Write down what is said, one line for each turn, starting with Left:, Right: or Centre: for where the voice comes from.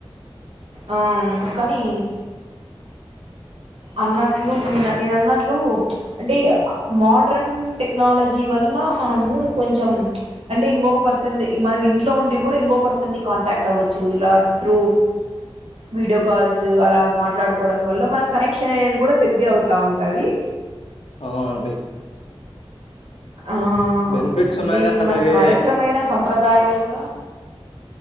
Right: ఆ కానీ అన్నట్లు నేను నేను అన్నట్లు అంటే మోడర్న్ టెక్నాలజీ వల్ల మనము కొంచెం అంటే ఇంకొక పర్సన్ మనం ఇంట్లో ఉండి కూడా ఇంకొక పర్సన్ని కాంటాక్ట్ అవ్వచ్చు ఇలా త్రూ వీడియో కాల్స్ అలా మాట్లాడుకోవడం వల్ల మనకు కనెక్షన్ అనేది కూడా దగ్గర అవుతూ ఉంటుంది
Left: అవునండి
Right: ఆ
Left: బెనిఫిట్స్
Right: అంటే
Left: ఉన్నాయి అలాగే
Right: మన కాలక్రమైన సంప్రదాయ ఆదాయాలు కూడా